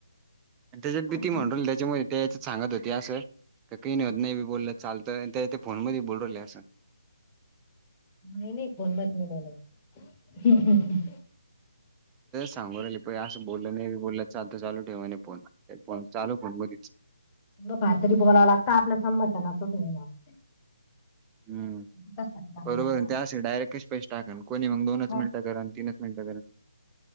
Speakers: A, on the right (about 15°); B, on the left (about 20°).
A: त्याच्यात भी ती म्हणू
B: ना.
A: राहिली त्याच्यामुळे त्याच्यात सांगत होते असं का काही नाही होत नाही काय बी बोललं चालतं त्या ते फोन मध्ये बोलू राहिली असं.
B: <unintelligible>
A: सांगू राहिली पाय असं बोल नाही बोललं चालत चालू ठेव म्हणे फोन, चालू फोन मधीच.
B: मग फार तरी बोलाय लागत आपल्या. <unintelligible>
A: हम्
B: कशासाठी करायला
A: बरोबर
B: लावता
A: ते असे डायरेक्ट कशे पैश टाकण कोणी मग दोनच
B: आपण.
A: मिनिट करन तीनच मिंट करन.